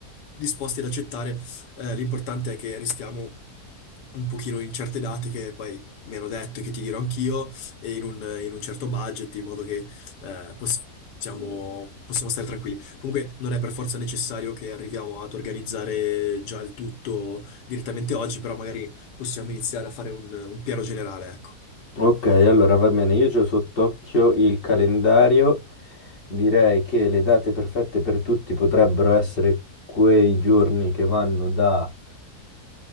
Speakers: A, on the left (about 85°); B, on the left (about 45°).
A: disposti ad accettare. Eh, l'importante è che restiamo un pochino in certe date che poi mi hanno detto e che ti dirò anch'io e in un, in un certo budget, in modo che eh, possiamo, possiamo stare tranquilli. Comunque non è per forza necessario che arriviamo ad organizzare già il tutto direttamente oggi, però magari possiamo iniziare a fare un, un piano generale, ecco.
B: Ok, allora va bene, io ho sott'occhio il calendario, direi che le date perfette per tutti potrebbero essere quei giorni che vanno da